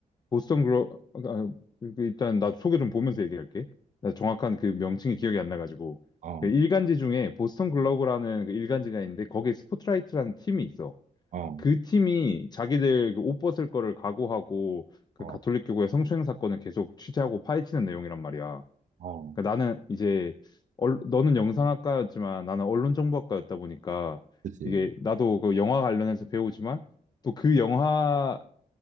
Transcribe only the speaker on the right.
어,
어,
어,
어.
그렇지.